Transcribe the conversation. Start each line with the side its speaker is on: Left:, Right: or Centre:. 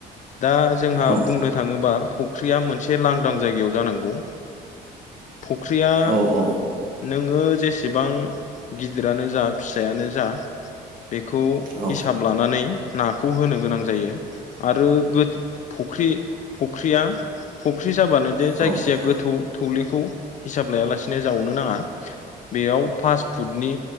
Left: दा जोंहा
Right: औ
Left: बुंनो थाङोबा फु ख्रिया मोनसे लांदां जायगायाव जानांगौ फुख्रिया
Right: औ औ
Left: नोङो जेसेबां गिदिरानो जा फिसायानो जा बेखौ
Right: औ
Left: हिसाब लानानै नाखौ होनो गोनां जायो आरो गो फख्रि फुख्रिया फुख्रि जाबानो दे
Right: औ
Left: जायखिजाया गोथौ थौलेखौ हिसाब लायालासेनो जावनो नाङा बेयाव फास फुटनि